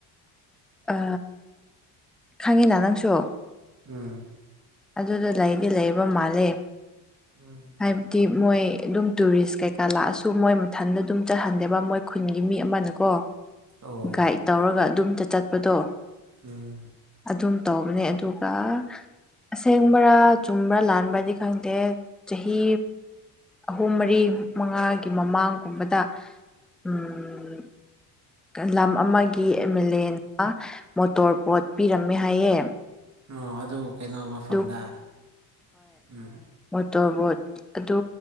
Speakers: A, in the centre; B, on the right (about 35°).
A: ꯑ ꯈꯉꯤꯅ ꯅꯪꯁꯨ
B: ꯎꯝ
A: ꯑꯗꯨꯗ ꯂꯩꯗꯤ ꯂꯩꯕ ꯃꯥꯜꯂꯦ
B: ꯎꯝ
A: ꯍꯥꯏꯕꯗꯤ ꯃꯣꯏ ꯑꯗꯨꯝ ꯇꯨꯔꯤꯁ ꯀꯩꯀꯥ ꯂꯥꯛꯑꯁꯨ ꯃꯣꯏ ꯃꯊꯟꯗ ꯑꯗꯨꯝ ꯆꯠꯍꯟꯗꯦꯕ ꯃꯣꯏ ꯈꯨꯟꯒꯤ ꯃꯤ ꯑꯃꯅꯀꯣ
B: ꯑꯣ
A: ꯒꯥꯏꯗ ꯇꯧꯔꯒ ꯑꯗꯨꯝꯇ ꯆꯠꯄꯗꯣ
B: ꯎꯝ
A: ꯑꯗꯨꯝ ꯇꯧꯕꯅꯦ ꯑꯗꯨꯒ ꯑꯁꯦꯡꯕ꯭ꯔꯥ ꯆꯨꯝꯕ꯭ꯔꯥ ꯂꯥꯟꯕ꯭ꯔꯗꯤ ꯈꯪꯗꯦ ꯆꯍꯤ ꯑꯍꯨꯝ ꯃꯔꯤ ꯃꯉꯥꯒꯤ ꯃꯃꯥꯡꯒꯨꯝꯕꯗ ꯎꯝ ꯂꯝ ꯑꯃꯒꯤ M L A motor boat ꯄꯤꯔꯝꯃꯦ ꯍꯥꯏꯌꯦ
B: ꯑꯣ ꯑꯗꯨ ꯀꯩꯅꯣ ꯃꯐꯝꯗ
A: ꯑꯗꯨ
B: ꯎꯝ
A: ꯃꯣꯇꯣꯔꯕꯣꯠ ꯑꯗꯨ